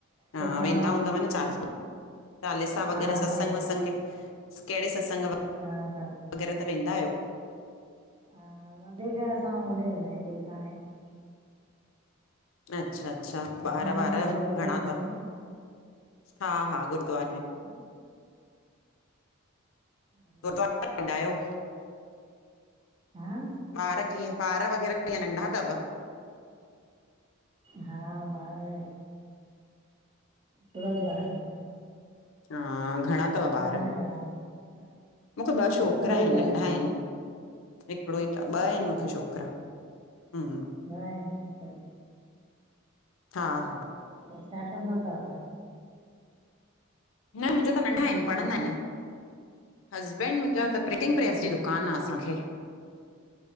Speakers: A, on the left (about 70°); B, on the right (about 25°).
A: हा
B: टिकाणा
A: वेंंदा
B: बि
A: हूंदव
B: आहिनि।
A: न चाली चालीसा वग़ैरह
B: हा
A: सतसंग
B: हा
A: वत्संग कहिड़े सत्संग व
B: हा हा
A: वग़ैरह त वेंदा आहियो?
B: हा वधीक असां होॾेऐ वेंदा आहियूं टिकाणे में।
A: अच्छा अच्छा
B: टिकाणे
A: ॿार वार
B: में गुरुद्वारो
A: घणा
B: हूंदो
A: तव?
B: आ न।
A: हा हा गुरुद्वारे में।
B: हा, <inaudible>
A: गुद्वारा वेंदा आहियो?
B: ह?
A: ॿार कीअं ॿार वग़ैरह कीअं नंढा तव?
B: हा ॿार नंढा <unintelligible>
A: हा घणा तव
B: तव्हांजा
A: ॿार?
B: घणा अथव?
A: मूंखे ॿ छोकरा
B: हिकिड़ो
A: आहिन,
B: ई आ
A: नंढा
B: असांखे।
A: आहिनि। हिकिड़ो ही तव, ॿ
B: अच्छा
A: आहिनि मूंखे
B: अच्छा
A: छोकिरा हम्म।
B: ॿ आहिनि अच्छा
A: हा हा
B: त छा कंदा तव?
A: न मुंजा त
B: तव्हांजा
A: नंढा आहिनि पढ़ंदा आहिनि अञा हसबैंड मुंजा त प्रिंटिंग
B: अच्छा
A: प्रेस
B: अच्छा
A: जी दुकान आहे असांखे।